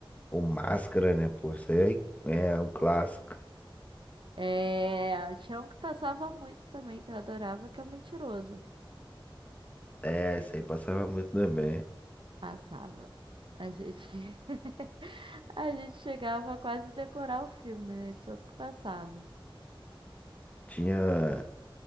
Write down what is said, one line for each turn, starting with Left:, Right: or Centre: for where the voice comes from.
Left: o Máscara, né? Pô, isso aí é, é um clássico.
Right: É, tinha um que passava muito também, que eu adorava, que é o Mentiroso.
Left: É, isso aí passava muito também.
Right: Passava. A gente, <laughs> a gente chegava a quase decorar o filme, né? De tanto que passava.
Left: Tinha,